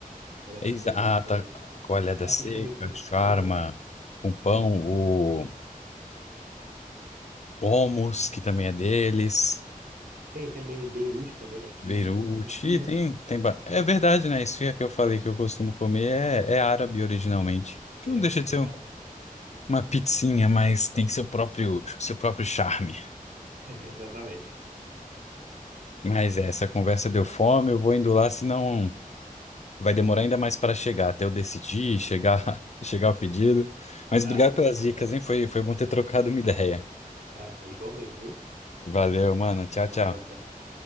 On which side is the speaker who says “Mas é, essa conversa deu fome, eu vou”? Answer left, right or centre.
Left